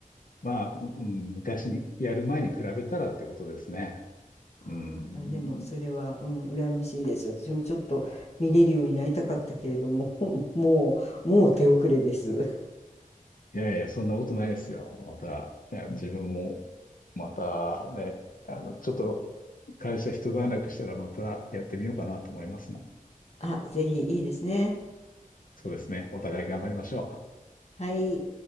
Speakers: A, on the left; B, on the left.
A: まあ、うん、昔にやる前に比べたらってことですね。
B: は
A: うん。
B: いあ、でもそれは、うん、羨ましいです。私もちょっと見れるようになりたかったけれども、<laughs> もう、もう手遅れです。
A: いやいや、そんなことないですよ。また、ね自分も、
B: うん
A: またね、あの、ちょっと会社一段落したらまたやってみようかなと思いますもん。
B: あ、ぜひいいですね。
A: そうですね。お互い頑張りましょう。
B: はい。